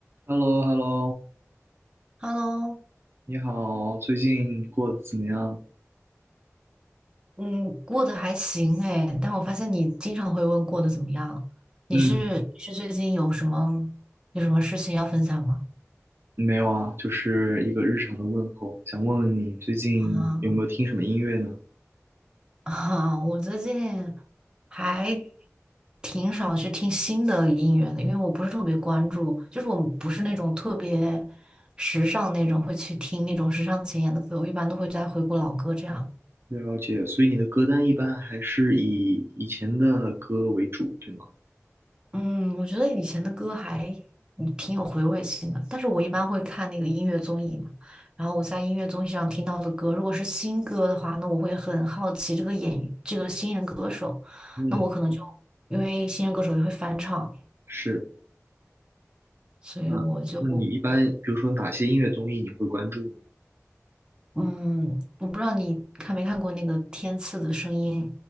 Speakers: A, on the right; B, on the right.
A: h e l l o h e l l o
B: Hello，
A: 你好，最近过得怎么样？
B: 嗯，过得还行哎，但我发现你经常会问过得怎么样。你是是最近有什么有什么事情要分享吗？
A: 嗯，没有啊，就是一个日常的问候，想问问你最近有没有听什么音乐呢？
B: 啊啊，<laughs> 我最近还挺少去听新的音乐的，因为我不是特别关注，就是我不是那种特别时尚那种会去听那种时尚前沿的歌，我一般都会在回顾老歌这样。
A: 了解，所以你的歌单一般还是以以前的歌为主，对吗？
B: 嗯，我觉得以前的歌还嗯挺有回味性的，但是我一般会看那个音乐综艺嘛，然后我在音乐综艺上听到的歌，如果是新歌的话，那我会很好奇这个演这个新人歌手，
A: 嗯，
B: 那我可能就因为新人歌手也会翻唱，
A: 是。
B: 所以我就
A: 那那你一般，比如说哪些音乐综艺你会关注呢？
B: 嗯，我不知道你看没看过那个《天赐的声音》，